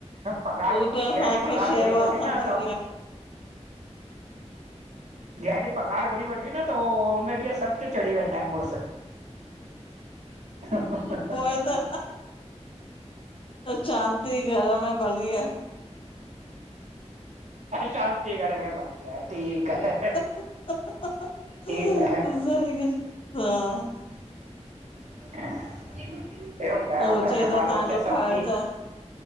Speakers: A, on the right; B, on the left.
A: पगार जंहिं
B: उ त असांखे
A: ॾींहुं पगार
B: शेवा
A: घुरी वठी
B: समझी
A: न
B: करे
A: त
B: <inaudible>
A: जेंह ॾीह पघार घुरी वठी न त हुन ॾींहुं सर ते चढ़ी वेंदा आहिन मुरस ह ह‌ ह
B: पोइ त शांती घर में भली आह।
A: शांती घर में भली आहे ठीक आहे।
B: <unintelligible>
A: ठीकु आहे <unintelligible>
B: उ
A: घर
B: चए
A: में ॿार
B: तो तांहजो
A: बच्चा सभु
B: फर्ज
A: ठीकु
B: आ।